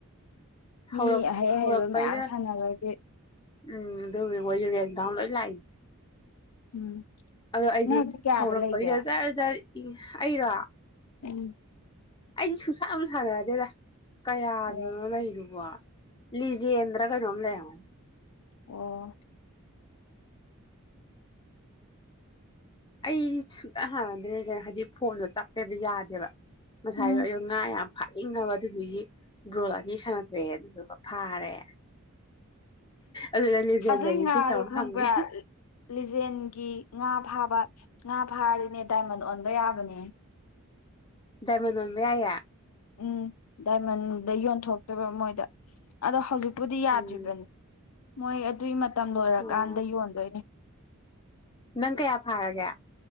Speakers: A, on the left; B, on the left.
A: ꯃꯤ
B: ꯍꯧꯔꯛ
A: ꯑꯍꯩ ꯑꯍꯩꯕ
B: ꯍꯧꯔꯛꯄꯩꯗ
A: ꯃꯌꯥꯝ ꯁꯥꯟꯅꯕꯒꯤ
B: ꯎꯝ ꯑꯗꯨꯒꯤ ꯃꯣꯏꯖꯨ ꯕꯦꯡ ꯗꯥꯎꯟ ꯂꯣꯏ ꯂꯥꯛꯏꯅꯤ
A: ꯎꯝ
B: ꯑꯗꯣ ꯑꯩꯗꯤ
A: ꯅꯪ ꯍꯧꯖꯤꯛ ꯀꯌꯥꯗ
B: ꯍꯧꯔꯛꯄꯒꯤꯗ
A: ꯂꯩꯒꯦ
B: ꯖꯥꯔ ꯖꯥꯔ ꯏ ꯑꯩꯔꯣ
A: ꯎꯝ
B: ꯑꯩꯗꯤ ꯁꯨꯡꯁꯥ ꯑꯃ ꯁꯥꯟꯅꯗꯦꯗ ꯀꯌꯥꯗꯅꯣ
A: ꯑꯣ
B: ꯂꯩꯗꯨꯕꯣ ꯂꯤꯖꯟꯗ꯭ꯔ ꯀꯩꯅꯣꯗꯅꯤ
A: ꯑꯣ
B: ꯑꯩꯗꯤ ꯁꯨꯡꯛꯇ ꯍꯥꯟꯅꯗ꯭ꯔꯦ ꯍꯥꯏꯗꯤ ꯐꯣꯟꯗꯣ ꯆꯠꯄꯦꯕ ꯌꯥꯗꯦꯕ ꯉꯁꯥꯏꯗꯣ
A: ꯎꯝ
B: ꯑꯩꯣ ꯉꯥ ꯌꯥꯝ ꯐꯥꯛꯏꯉꯕ ꯑꯗꯨꯒꯤ ꯒ꯭ꯔꯣꯂꯥꯗꯤ ꯁꯥꯟꯅ ꯊꯣꯛꯣꯛꯑꯦ ꯑꯗꯨꯗꯨꯒ ꯐꯥꯔꯦ ꯑꯗꯨꯗ ꯂꯤꯖꯦꯟꯗꯔꯤ
A: ꯑꯗꯨꯏ ꯉꯥꯗꯣ
B: ꯐꯤꯁ ꯑꯃ
A: ꯈꯪꯕ꯭ꯔꯥ
B: ꯐꯪꯉꯦ
A: ꯂꯤꯖꯦꯟꯒꯤ ꯉꯥ ꯐꯥꯕ ꯉꯥ ꯐꯥꯔꯤꯅꯦ ꯗꯥꯏꯃꯟ ꯑꯣꯟꯕ ꯌꯥꯕꯅꯦ
B: ꯗꯏꯃꯅꯣꯟꯃꯦꯌꯥꯦ
A: ꯎꯝ ꯗꯥꯏꯃꯟꯗ ꯌꯣꯟꯊꯣꯛꯇꯣꯏꯕ ꯃꯣꯏꯗ ꯑꯗꯣ ꯍꯧꯖꯤꯛ ꯄꯨꯕꯨꯗꯤ ꯌꯥ
B: ꯎꯝ
A: ꯑꯗꯨꯕꯅꯤ ꯃꯣꯏ ꯑꯗꯨꯒꯤ ꯇꯝ ꯂꯣꯏꯔꯀꯥꯟꯗ
B: ꯑꯣ
A: ꯌꯣꯟꯗꯣꯏꯅꯦ
B: ꯅꯪ ꯀꯌꯥ ꯐꯥꯔꯒꯦ